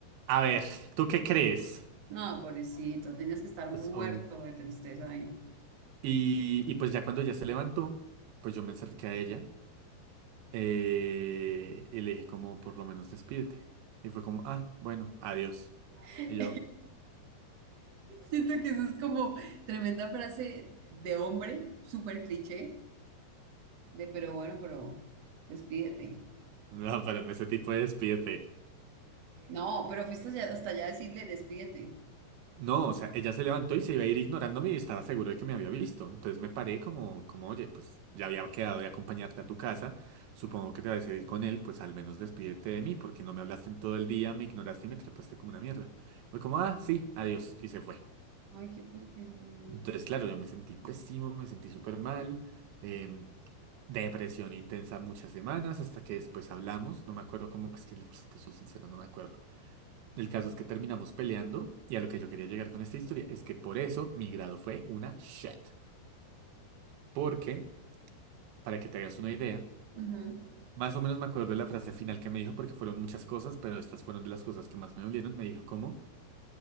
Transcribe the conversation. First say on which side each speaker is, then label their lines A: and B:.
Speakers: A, on the right (about 85°); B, on the right (about 45°).
A: A ver, ¿tú qué crees?
B: No, pobrecito, tenías que estar muerto
A: Pues obvio.
B: de tristeza ahí.
A: Y, y pues ya cuando ya se levantó, pues yo me acerqué a ella eh, y le dije como, por lo menos despídete. Y fue como, ah, bueno, adiós.
B: <laughs>
A: Y yo,
B: Siento que eso es como tremenda frase de hombre, súper cliché, De, pero bueno, pero despídete.
A: <laughs> no, pero en ese tipo de despídete.
B: No, pero fuiste hasta allá- hasta allá a decirle despídete.
A: No, o sea, ella se levantó y se iba a ir ignorándome y estaba seguro de que me había visto. Entonces me paré como, como, oye, pues ya había quedado de acompañarte a tu casa. Supongo que te vas a ir con él, pues al menos despídete de mí, porque no me hablaste en todo el día, me ignoraste y me trataste como una mierda. Fue como, ah, sí, adiós, y se fue.
B: Ay, qué porquería.
A: Entonces, claro, yo me sentí pésimo, me sentí súper mal, em, depresión intensa muchas semanas, hasta que después hablamos. No me acuerdo cómo, es que si te soy sincero, no me acuerdo. El caso es que terminamos peleando y a lo que yo quería llegar con esta historia es que por eso mi grado fue una shit. Porque, para que te hagas una idea,
B: Ajá.
A: más o menos me acuerdo de la frase final que me dijo porque fueron muchas cosas, pero estas fueron de las cosas que más me dolieron. Me dijo como,